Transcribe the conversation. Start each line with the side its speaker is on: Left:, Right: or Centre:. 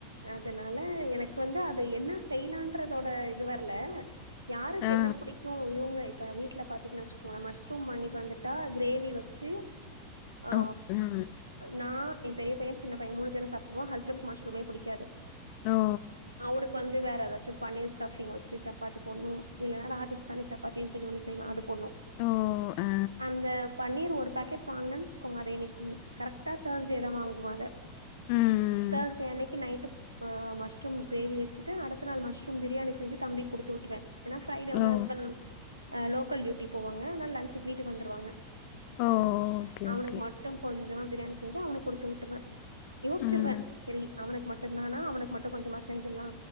Right: அதனா னால எனக்கு வந்து அது என்ன செய்யலான்றதோட இது வரல யாருக்கு
Left: ஆ
Right: என்ன புடிக்கு இவுங்க இப்ப வீட்ல பாத்தீங்கன்னு வச்சுக்கோங்களே மஷ்ரூம் வாங்கிட்டு வந்துட்டா கிரேவி வச்சு ஆ
Left: ஓ ம்
Right: நா எ பெரிய பையே சின்ன பையே மூண பேரு சாப்டுவோ ஹஸ்பண்ட்க்கு மஷ்ரூமேபுடிக்காது
Left: ஓ
Right: அவருக்கு வந்து வேற ஏதாச்சு பன்னீர் ஸ்டஃபிங் வச்சு சப்பாத்தி போட்னு இல்லன்னா ராஜஸ்தானி சப்பாத்தின்னு சொல்லி ஒண்ணு செய்வ அது போட்னு
Left: ஓ ஆ
Right: அந்த பன்னீர் ஒ வாங்க வச்சுக்கோங்க அத இன்னைக்கி கரெக்டா தேர்ஸ்டே தா வாங்குவோ அத
Left: ம் ம்
Right: தஸ் டே அன்னைக்கி நைட் ஆ மஷ்ரூம் கிரேவி வச்சிட்டு அடுத்த நாள் மஷ்ரூம் பிரியாணி செஞ்சு தம்பிக் குடுத்து உட்டுருவே ஏன்னா ஃப்ரைடே வந்து
Left: ஓ
Right: ஹஸ்பண்ட் அ லோக்கல் டியூட்டி போவாங்க அதனால லன்சுக்கு வீட்டுக்கு வந்துருவாங்க
Left: ஓ
Right: அவனுக்கு
Left: ஓகே
Right: மட்டு கொஞ்சமா பிரியாணி செஞ்சு அவனுக்கு குடுத்து விட்டுருவே யோசிச்சிருவே
Left: ம்
Right: செரி அவனுக்கு மட்டுன்தானா அவனுக்கு மட்டு கொஞ்சமா செஞ்சர்லா